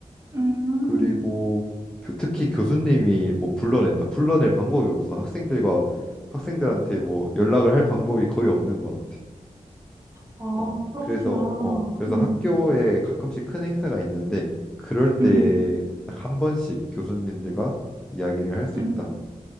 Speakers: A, on the right; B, in the centre.
A: 음.
B: 그리고 교- 특히 교수님이 뭐 불러낸다 불러낼 방법이 없어 학생들과 학생들한테 뭐 연락을 할 방법이 거의 없는 것 같아
A: 아,
B: 어
A: 그렇구나.
B: 그래서 어 그래서
A: 음,
B: 학교에 가끔씩 큰 행사가 있는데 그럴 때
A: 음,
B: 딱 한 번씩 교수님들과 이야기를 할 수
A: 음,
B: 있다